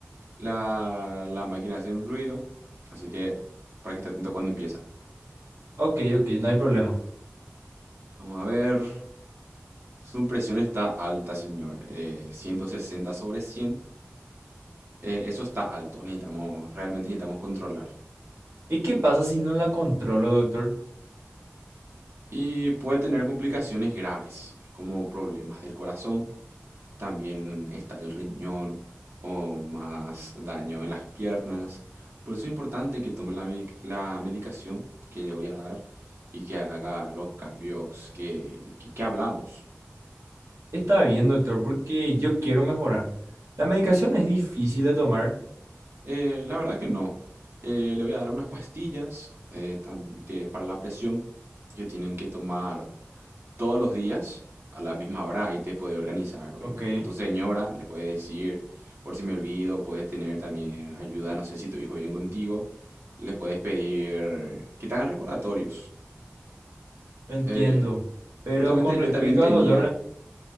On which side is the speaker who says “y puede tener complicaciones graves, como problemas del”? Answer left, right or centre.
Right